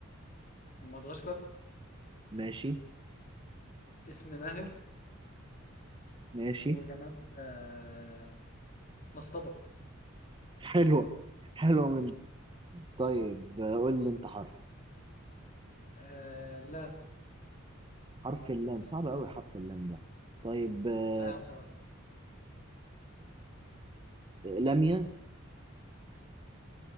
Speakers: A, on the left; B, on the right.
A: مدغشقر
B: ماشي
A: اسم ماهر
B: ماشي
A: وجماد آه مصطبة
B: حلوة حلوة من طيب آه، قول لي أنت حرف
A: آه لا
B: حرف اللام صعب أوي حرف اللام ده طيب آه،
A: لا يا عم سعد خالص
B: لمية